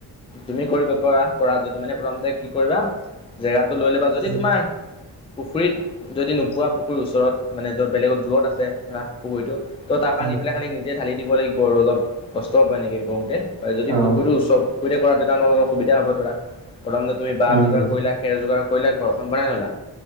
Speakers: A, on the left (about 15°); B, on the right (about 60°).
A: তুমি কৰিব পৰা -পৰা যদি মানে প্ৰথমতে কি কৰিবা জেগাটো লৈ ল বা যদি
B: উম
A: তোমাৰ পুখুৰীত যদি নু পুৱা পুুখুৰীৰ ওচৰত মানে যৰ বেলেগৰ দূৰত আছে ধৰা খুৰীটোতো ত তাপা
B: উম
A: নি পেলাই খালী নি যেতিয়া ঢালি দিব লাগিব আৰু অলপ কষ্ট হ'ন এনেকৈ কৰোঁতে, যদি
B: অ
A: পুখুৰীও চব সুবিতে কৰা তেতিয়া তোকৰ অসুবিধা হ'ব ধৰা প্ৰথমতে তুমি বহ
B: উম
A: যোগাৰ
B: উম
A: কৰিলা খেৰ যোগাৰ কৰিলা ঘৰখন বনাই ল'লা